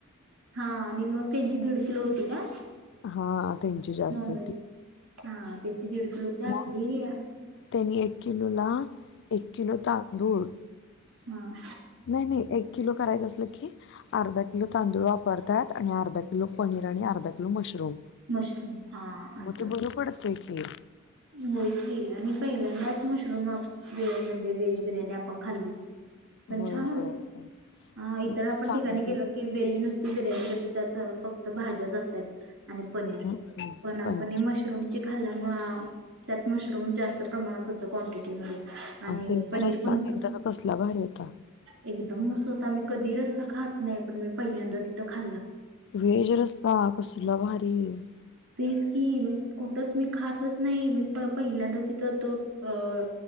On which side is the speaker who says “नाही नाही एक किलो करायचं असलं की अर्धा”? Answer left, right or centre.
Left